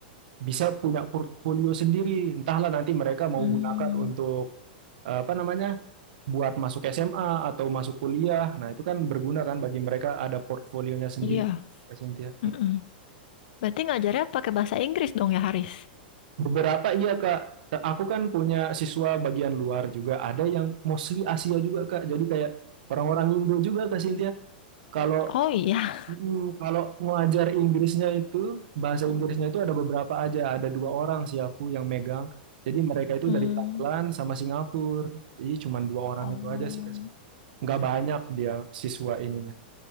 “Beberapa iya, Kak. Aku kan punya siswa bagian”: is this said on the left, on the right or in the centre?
Right